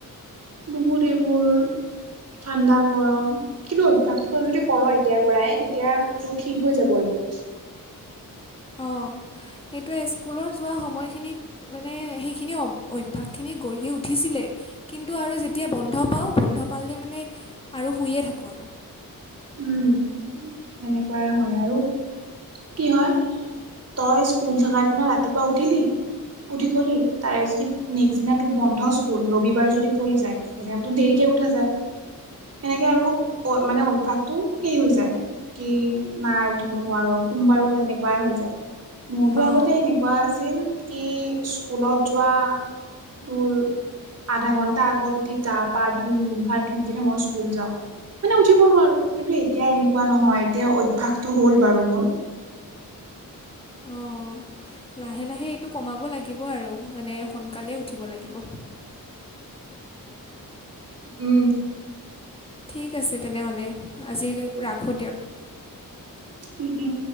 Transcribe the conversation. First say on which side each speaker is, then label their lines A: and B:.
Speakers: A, on the right; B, on the left.
A: বহুত এইবোৰ ঠাণ্ডা গৰম। কিন্তু অভ্যয়াসতটো তই যদি ক'ৰ এতিয়াৰ পৰাই তেতিয়া তোৰ ঠিক হৈ যাব এইবোৰ।
B: অ', সেইটোৱে স্কুলৰ যোৱা সময়খিনিত মানে সেইখিনি অভ্যাসখিনি গঢ়ি উঠিছিলে। কিন্তু আৰু যেতিয়া বন্ধ পাওঁ বন্ধ পালে মানে আৰু শুইয়ে থাকোঁ আৰু।
A: উম, সেনেকুৱাই হয় আৰু কি হয় তই স্কুল থকা দিনা ৰাতিপুৱা উঠিলি উঠি গলি তাৰে যদি নেক্স দিনা তোৰ বন্ধ স্কুল ৰবিবাৰ যদি পঢ়ি যায় সেইদিনা দেৰিকে উঠা যায়। সেনেকে আৰু অ', মানে অভ্যাস তটো সেই হৈ যায় কি নাই উঠিব নোৱাৰো সোমবাৰো তেনেকুৱাই হৈ যায়। মোৰতো আগতে
B: অঁ
A: এনেকুৱা আছিল কি স্কুলত যোৱা দৰ আধা ঘণ্টা আগত উঠি গা পা ধুই মুখ ঘাত ধুই কেনে মই স্কুল যাওঁ। মানে উঠিব নোৱাৰো কিন্তু এতিয়া এনেকুৱা নহয় এতিয়া অভ্যাটো হ'ল বাৰু মোৰ।
B: অ'। লাহে, লাহে এইটো কমাব লাগিব আৰু মানে সোনকালে উঠিব লাগিব।
A: উম।
B: ঠিক আছে তেনেহ'লে আজি ৰাখোঁ দিয়ক।
A: উম, উম।